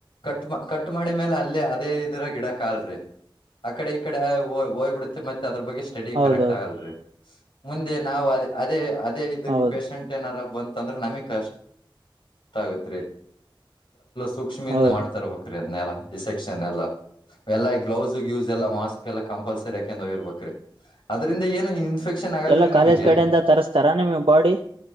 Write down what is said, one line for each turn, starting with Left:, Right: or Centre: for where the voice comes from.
Left: ಕಟ್ ಕಟ್ ಮಾಡಿ ಮೇಲೆ ಅಲ್ಲೇ ಅದೇ ಇದರ ಗಿಡ ಕಲ್ರರಿ ಆ ಕಡೆ ಈ ಕಡೆ ಹೋಗ್ಬಿಡುತ್ತೆ ಮತ್ತೆ ಅದ್ರ ಬಗ್ಗೆ ಸ್ಟಡಿ
Right: ಹೌದೌದು
Left: ಕರೆಕ್ಟ್ ಆಗಲ್ರರಿ ಮುಂದೆ ನಾವು ಅದ ಅದೇ ಅದೇ ಇದಕ್
Right: ಹೌದು
Left: ಪೇಶಷಂಟ್ ಏನಾರ ಬಂತಂದ್ರೆ ನಮಿಗ್ ಕಷ್ಟ ಆಗತ್ರಿ ಸೂಕ್ಷ್ಮದಿಂದ
Right: ಹೌದು
Left: ಮಾಡ್ತರ್ಬೇಕ್ರೀ ಅದ್ನ್ನೆಲ್ಲ ಡಿಸೆಕ್ಷನ್ ಎಲ್ಲಾ ಎಲ್ಲ ಗ್ಲೌಸ್ ಯೂಸ್ ಎಲ್ಲ ಮಾಸ್ಕ್ ಎಲ್ಲ ಕಂಪಲ್ಸರಿ ಯಾಕೆ ಇರ್ಬೇಕ್ರೀ ಅದ್ರಿಂದ ಏನು ಇಫೆಕ್ಷನ್ ಆಗಲ್ರರಿ
Right: ಎಲ್ಲ ಕಾಲೇಜ್
Left: ನಮಗೆ
Right: ಕಡೆಯಿಂದ ತರಿಸಸ್ತಾರಾ ನಿಮ್ಗೆ ಬಾಡಿ